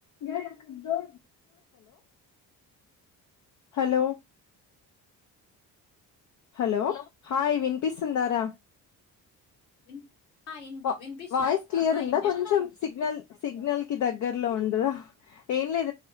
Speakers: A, on the left; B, on the left.
A: Hello hello hello hi వినిపిస్తుందారా
B: విన్ ఆ ఇన్
A: వా
B: వినిపిస్తుంది
A: వాయిస్
B: అక్క
A: క్లియర్
B: ఆ
A: ఉందా
B: ఏం చేస్తున్నారు
A: కొంచెం సిగ్నల్ సిగ్నల్ కి దగ్గరలో ఉ లేదా ఏం లేదు